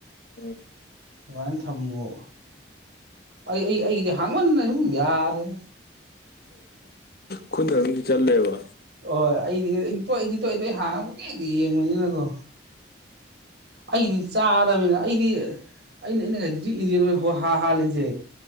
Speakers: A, on the left (about 55°); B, on the right (about 60°).
A: ꯎꯝ꯫
B: ꯑꯗꯨꯃꯥꯏꯅ ꯊꯝꯃꯣ ꯑꯩ ꯑꯩ ꯑꯩꯒꯤꯗꯤ ꯍꯥꯡꯃꯟꯅ ꯁꯨꯝ ꯌꯥꯔꯦꯗ꯫
A: ꯈꯨꯠꯅ ꯑꯗꯨꯝ ꯆꯠꯂꯦꯕ꯫
B: ꯍꯣꯏ ꯑꯩꯗꯤ ꯑꯩ ꯇꯣꯏ ꯑꯩꯗꯤ ꯇꯣꯏ ꯇꯣꯏ ꯍꯥꯡꯉꯒ ꯄꯨꯡꯌꯦꯡꯇ ꯌꯦꯡꯕꯅꯤꯅꯀꯣ꯫ ꯑꯩꯗꯤ ꯆꯥꯔꯕꯃꯤꯅ ꯑꯩꯗꯤ ꯑꯩꯅ ꯑꯩꯅ ꯍꯧꯖꯤꯛꯁꯨ ꯏꯟꯖꯟ ꯏꯟꯖꯤꯟ ꯑꯣꯏꯜ ꯍꯥꯜꯂꯤꯁꯦ